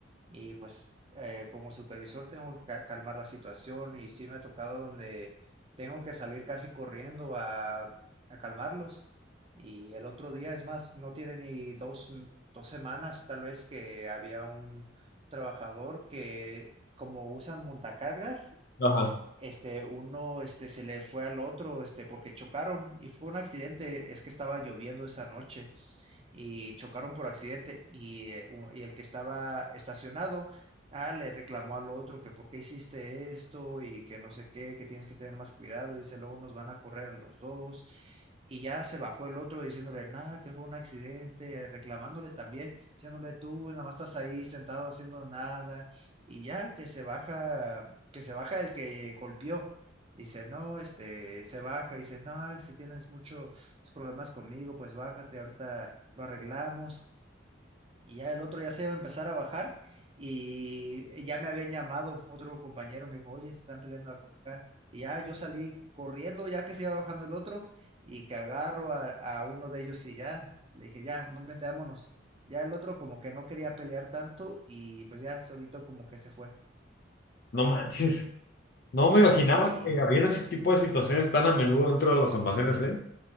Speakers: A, on the right; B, on the left.
A: Y pues eh, como supervisor tengo que ca- calmar la situación y sí me ha tocado donde tengo que salir casi corriendo a, a calmarlos. Y el otro día, es más, no tiene ni dos, m- dos semanas tal vez que había un trabajador que como usan montacargas,
B: Ajá.
A: este, uno este, se le fue al otro este, porque chocaron y fue un accidente, es que estaba lloviendo esa noche y chocaron por accidente y, eh, y el que estaba estacionado ah, le reclamó al otro que por qué hiciste esto y que no sé qué, que tienes que tener más cuidado, dice luego nos van a correr a los dos y ya se bajó el otro diciéndole nada, que fue un accidente, reclamándole también, diciéndole tú nada más estás ahí sentado haciendo nada y ya que se baja, que se baja el que golpeó. Dice, no, este, se baja, y dice, no, si tienes mucho, tus problemas conmigo, pues bájate, ahorita lo arreglamos. Y ya el otro ya se iba a empezar a bajar y ya me habían llamado otro compañero, me dijo, oye, se están peleando acá. Y ya yo salí corriendo ya que se iba bajando el otro y que agarro a, a uno de ellos y ya le dije, ya, no, vente, vámonos. Ya el otro como que no quería pelear tanto y pues ya solito como que se fue.
B: No manches. No me imaginaba
A: Sí,
B: que había ese tipo de situaciones tan a menudo dentro de los almacenes, ¿eh?